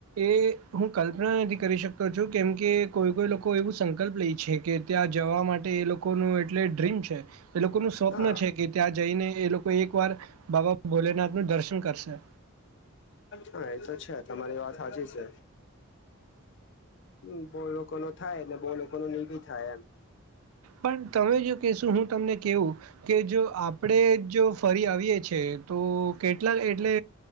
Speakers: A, on the right (about 90°); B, on the left (about 55°).
A: એ હું કલ્પનાથી કરી શકતો છું કેમકે કોઈ કોઈ લોકો એવું સંકલ્પ લે છે કે ત્યાં જવા માટે એ લોકોનું એટલે ડ્રીમ છે. એ લોકો નું સ્વપ્ન
B: હા
A: છે કે ત્યાં જઈને એ લોકો એક વાર બાબા ભોલેનાથ નું દર્શન કરશે
B: હા એતો છે, તમારી વાત હાચી છે. હમ્મ, બહુ લોકો નો થાયને બહુ લોકો ન નહી ભી થાય એમ.
A: પણ તમે જો કહેશું હું તમને કેવું કે જો આપ આપડે જો ફરી આવીએ છીએ તો કેટલાક એટલે